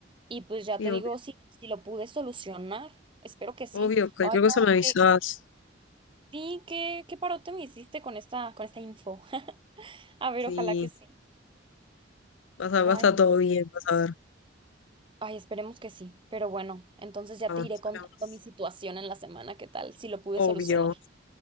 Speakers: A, on the right; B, on the left.
A: y pues ya
B: sí,
A: te
B: obvio,
A: digo si, si lo pude solucionar. Espero que sí.
B: obvio, cualquier
A: Ay,
B: cosa
A: no,
B: me avisás,
A: que sí, qué, qué parote me hiciste con esta, con esta info. <laughs> A ver,
B: sí,
A: ojalá que sí.
B: vas a,
A: Ay,
B: va a estar
A: no.
B: todo bien, vas a ver.
A: Ay, esperemos que sí. Pero bueno, entonces ya
B: Vamos,
A: te iré contando
B: hablamos.
A: mi situación en la semana, ¿qué tal? Si lo pude
B: Obvio,
A: solucionar. Ya